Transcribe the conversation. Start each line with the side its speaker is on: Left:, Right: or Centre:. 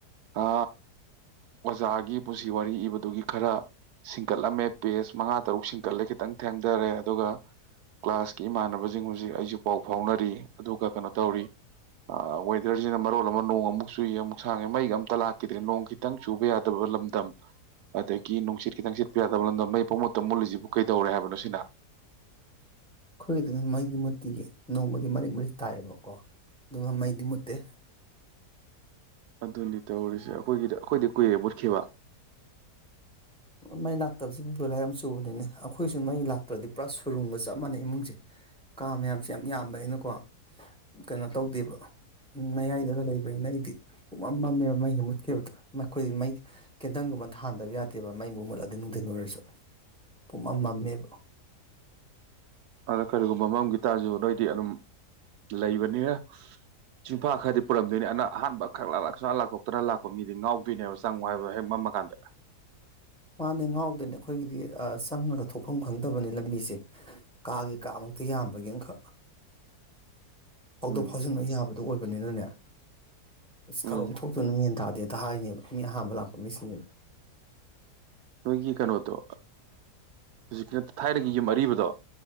Right: ꯑ ꯑꯣꯖꯥꯒꯤ ꯄꯨꯟꯁꯤ ꯋꯥꯔꯤ ꯏꯕꯗꯨꯒꯤ ꯈꯔ ꯁꯤꯡꯀꯠꯂꯝꯃꯦ ꯄꯦꯁ ꯃꯉꯥ ꯇꯔꯨꯛ ꯁꯤꯡꯀꯠꯂꯦ ꯈꯤꯇꯪ ꯊꯦꯡꯊꯔꯦ ꯑꯗꯨꯒ ꯀ꯭ꯂꯥꯁꯀꯤ ꯏꯃꯥꯟꯅꯕꯁꯤꯡ ꯍꯧꯖꯤꯛ ꯑꯩꯁꯨ ꯄꯥꯎ ꯐꯥꯎꯅꯔꯤ ꯑꯗꯨꯒ ꯀꯩꯅꯣ ꯇꯧꯔꯤ ꯋꯦꯗꯔꯁꯤꯅ ꯃꯔꯣꯜ ꯑꯃ ꯅꯣꯡ ꯑꯃꯨꯛ ꯆꯨꯏꯌꯦ ꯑꯃꯨꯛ ꯁꯥꯡꯉꯦ ꯃꯩꯒ ꯑꯝꯇ ꯂꯥꯛꯈꯤꯗ꯭ꯔꯦ ꯅꯣꯡ ꯈꯤꯇꯪ ꯆꯨꯕ ꯌꯥꯗꯕ ꯂꯝꯗꯝ ꯑꯗꯒꯤ ꯅꯨꯡꯁꯤꯠ ꯈꯤꯇꯪ ꯁꯤꯠꯄ ꯌꯥꯗꯕ ꯂꯝꯗꯝ ꯃꯩ ꯄꯨꯡ ꯃꯨꯠꯇ ꯃꯨꯜꯂꯤꯁꯤꯕꯨ ꯀꯩꯗꯧꯔꯦ ꯍꯥꯏꯕꯅꯣ ꯁꯤꯅ
Centre: ꯑꯈꯣꯏꯒꯤꯗꯤ ꯃꯩꯗꯤ ꯃꯠꯇꯤꯒ ꯅꯣꯡꯕꯨꯗꯤ ꯃꯔꯤꯛ ꯃꯔꯤꯛ ꯇꯥꯏꯌꯦꯕꯀꯣ ꯑꯗꯨꯒ ꯃꯩꯗꯤ ꯃꯨꯠꯇꯦ
Right: ꯑꯗꯨꯅꯤ ꯇꯧꯔꯤꯁꯦ ꯑꯩꯈꯣꯏꯒꯤꯗ ꯑꯩꯈꯣꯏꯗꯤ ꯀꯨꯏꯔꯦ ꯃꯠꯈꯤꯕ
Centre: ꯃꯩ ꯂꯥꯛꯇꯕꯁꯤ ꯕꯤꯕꯨ ꯌꯥꯝ ꯆꯨꯕꯅꯤꯅꯦ ꯑꯩꯈꯣꯏꯁꯨ ꯃꯩ ꯂꯥꯛꯇ꯭ꯔꯗꯤ ꯄꯨꯔꯥ ꯁꯨꯔꯨꯝꯒ ꯆꯞ ꯃꯥꯟꯅꯩ ꯏꯃꯨꯡꯁꯦ ꯀꯥ ꯃꯌꯥꯝꯁꯦ ꯌꯥꯝ ꯌꯥꯝꯕ ꯍꯥꯏꯅꯀꯣ ꯀꯩꯅꯣ ꯇꯧꯗꯦꯕ ꯃꯌꯥꯏꯗꯒ ꯂꯩꯕꯅꯤꯅ ꯑꯩꯗꯤ ꯄꯨꯝꯃꯝ ꯃꯝꯃꯦꯕ ꯃꯩ ꯍꯦꯛ ꯃꯨꯠꯈꯤꯕꯗ ꯑꯈꯣꯏꯗꯤ ꯃꯩ ꯀꯦꯟꯗꯜꯒꯨꯝꯕ ꯊꯥꯥꯟꯗꯕ ꯌꯥꯗꯦ ꯗꯦꯕ ꯃꯩꯕꯨ ꯃꯠꯂꯗꯤ ꯅꯨꯡꯊꯤꯟ ꯑꯣꯏꯔꯁꯨ ꯄꯨꯝꯃꯝ ꯃꯝꯃꯦꯕ
Right: ꯑꯗ ꯀꯔꯤꯒꯨꯝꯕ ꯃꯝꯒꯤ ꯇꯥꯖꯨ ꯅꫭꯏꯗꯤ ꯑꯗꯨꯝ ꯂꯩꯕꯅꯤꯅ ꯆꯤꯡꯐꯥ ꯈꯔꯗꯤ ꯄꯨꯔꯝꯗꯣꯏꯅꯤ ꯑꯅ ꯑꯍꯥꯟꯕ ꯈꯛꯥꯂꯛ ꯁꯂꯥ ꯂꯥꯛꯇꯣꯛꯇꯅ ꯂꯥꯛꯄ ꯃꯤꯗꯤ ꯉꯥꯎꯗꯣꯏꯅꯦꯕꯪ ꯅꯨꯡ <unintelligible> ꯍꯦꯛ ꯃꯝꯃ ꯀꯥꯟꯗ
Centre: ꯃꯥꯅꯦ ꯉꯥꯎꯗꯅꯦ ꯑꯩꯈꯣꯏꯒꯤꯗꯤ ꯆꯪꯉꯒ ꯊꯣꯛꯐꯝ ꯈꯪꯗꯕꯅꯤ ꯂꯝꯕꯤꯁꯦ ꯀꯥꯒꯤ ꯀꯥꯃꯛꯇ ꯌꯥꯝꯕꯒꯤꯅꯈꯛ ꯐꯥꯎꯗꯣꯛ
Right: ꯎꯝ
Centre: ꯐꯥꯎꯖꯤꯟ ꯂꫭꯏ ꯌꯥꯕ ꯑꯗꯨ ꯑꯣꯏꯕꯅꯤꯅꯅꯦ ꯑꯁ
Right: ꯎꯝ
Centre: ꯀꯔꯣꯝ ꯊꯣꯛꯇꯣꯏꯅꫭ ꯃꯦꯟꯇ ꯗꯦꯇ ꯍꯥꯏꯅꯦꯕ ꯃꯤ ꯑꯍꯥꯟꯕ ꯂꯥꯛꯄ ꯃꯤꯁꯤꯡꯅꯦꯕ
Right: ꯅꯣꯏꯒꯤ ꯀꯩꯅꯣꯗꯣ ꯍꯧꯖꯤꯛꯀꯤꯅ ꯊꯥꯏꯅꯒꯤ ꯌꯨꯝ ꯑꯔꯤꯕꯗꯣ